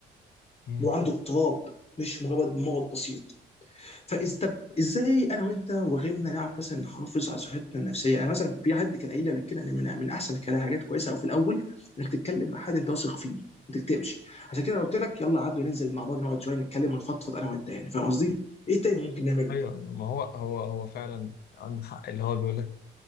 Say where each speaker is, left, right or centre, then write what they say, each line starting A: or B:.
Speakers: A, on the left; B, on the left.
A: مم.
B: لو عنده اضطراب مش مجرد مرض بسيط فاذا طب ازاي انا وانت وغيرنا نعرف مثلا نحافظ على صحتنا النفسيه يعني مثلا في حد كان قايل لي قبل كده ان من, من احسن الكلام حاجات كويسه او في الاول انك تتكلم مع حد انت واثق فيه ما تكتبش عشان كده أنا قلت لك يلا عبده ننزل مع بعض نقعد شويه نتكلم ونفضفض انا وانت يعني فاهم قصدي؟ ايه تاني ممكن نعمله؟
A: ايوه ما هو هو هو فعلا عنده حق اللي هو بيقول لك